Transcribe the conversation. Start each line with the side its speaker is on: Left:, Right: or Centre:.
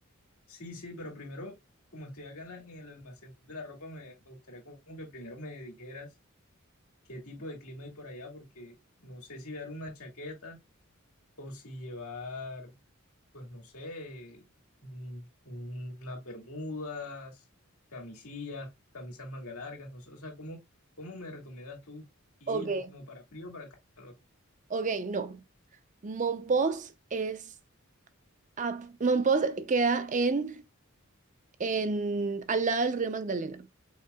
Left: Sí, sí, pero primero, como estoy acá en, la- en el almacén de la ropa, me, me gustaría como que primero me dijeras. qué tipo de clima hay por allá, porque no sé si llevar una chaqueta o si llevar, pues no sé, un- unas bermudas, camisillas, camisas manga largas, no sé, o sea, ¿cómo, cómo me recomiendas tú ir
Right: Ok,
Left: como para frío o para calor?
Right: Ok, no. Monpós es... a- Monpós queda en, en, al lado del río Magdalena.